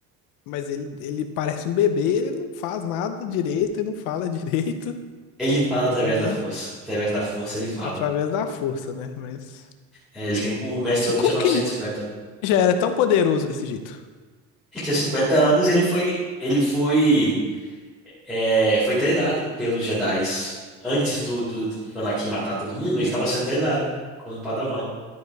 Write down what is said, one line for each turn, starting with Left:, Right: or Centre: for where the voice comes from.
Left: mas ele, ele parece um bebê, ele não faz nada direito e não fala <laughs> direito,
Centre: Ele fala através
Left: né?
Centre: da força. Através da força ele fala.
Left: Através da força, né? Mas.
Centre: É, ele tem- o mestre Yoda
Left: E como
Centre: tinha 950.
Left: que ele já era tão poderoso desse jeito?
Centre: Ele tinha 50 anos, e ele foi ele foi é, foi treinado pelos Jedis. Antes do, do, do Anakin matar todo mundo, ele estava sendo treinado como Padawan.